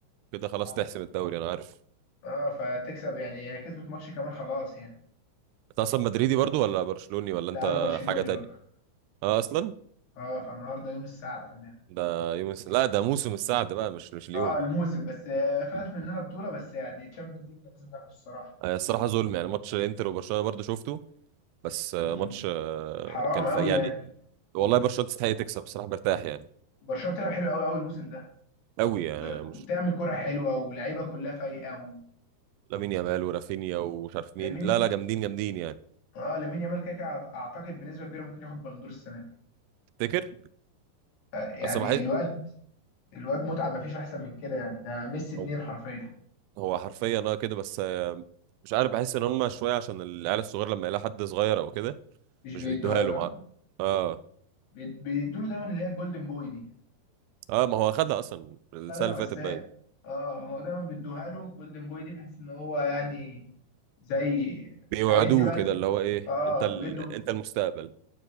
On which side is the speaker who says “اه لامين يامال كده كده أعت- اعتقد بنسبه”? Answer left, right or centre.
Left